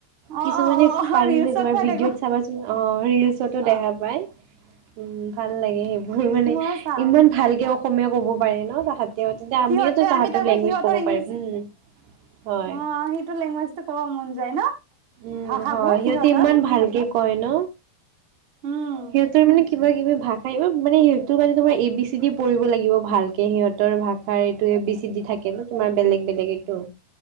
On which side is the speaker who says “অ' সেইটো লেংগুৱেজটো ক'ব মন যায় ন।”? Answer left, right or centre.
Right